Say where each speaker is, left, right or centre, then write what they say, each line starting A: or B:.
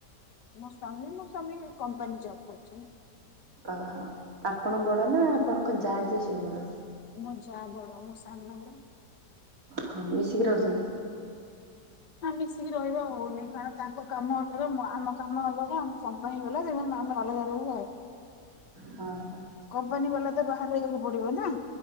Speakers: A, on the left; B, on the right.
A: ମୋ ସ୍ଵାମୀ ମୋ ସ୍ଵାମୀ କମ୍ପାନୀ ଜବ୍ କରିଛନ୍ତି।
B: ଓହୋ ଆପଣ ବଡ଼ ନା ଆପଣଙ୍କ ଯା ଯିଏ ସେ ବଡ?
A: ମୋ ଯା ବଡ ମୁଁ ସାନ ନା।
B: ହଁ ମିଶିକି ରହୁଛନ୍ତି।
A: ହଁ ମିଶିକି ରହିବା ହଉନି କାରଣ ତାଙ୍କ କାମ ଅଲଗା ଆମ କାମ ଅଲଗା ଆମେ ସମ୍ ହେଇଗଲା ଯେମିତି ଅମେ ଅଲଗା ରହିବୁ ଆଉ।
B: <inaudible> ହଁ ହଁ।
A: କମ୍ପାନୀ ବାଲା ତ ବାହା ରେ ରହିବାକୁ ପଡ଼ିବ ନା।